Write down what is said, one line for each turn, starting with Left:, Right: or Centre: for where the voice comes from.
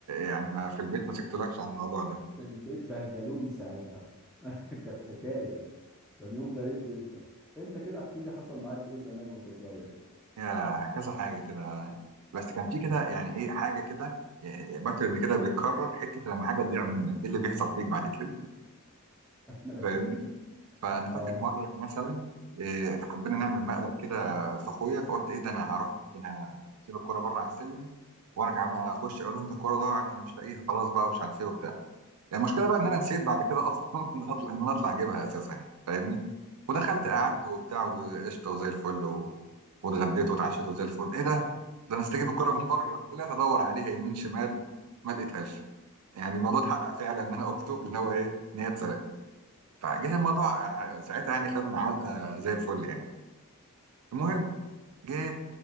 Right: يعني ما في البيت ما سكتلكش عن الموضوع ده
Centre: في البيت بهدلوني ساعتها <laughs> كانت حكايه كان يوم غريب جدا انت كده احكي لي حصل معاك ايه زمان وانت صغير
Right: يا كذا حاجه كده بس كان في كده يعني ايه حاجه كده باترن كده بيتكرر حته لما حاجه تضيع منك ايه اللي بيحصل فيك بعد كده
Centre: <laughs>
Right: فاهمني فانا
Centre: اه
Right: فاكر مره مثلا إيه، حبينا نعمل مقلب كده في اخويا فقلت ايه ده انا هروح ده انا هسيب الكوره بره على السلم وارجع بقى اخش اقول لهم ده الكوره ضاعت انا مش لاقيها خلاص بقى ومش عارف ايه وبتاع يعني المشكله بقى ان انا نسيت بعد كده اصلا <laughs> ان اطلع ان انا اطلع اجيبها اساسا يعني فاهمني ودخلت
Centre: تمام
Right: قعدت وبتاع وقشطه وزي الفل و... واتغديت واتعشيت وزي الفل ايه ده ده انا استجيب الكوره من بره طلعت ادور عليها يمين شمال ما لقيتهاش يعني الموضوع اتحقق فعلا ان انا قلته ان هو ايه ان هي اتسرقت فجيت الموضوع ح- ساعتها يعني خدنا علقه زي الفل يعني المهم جيت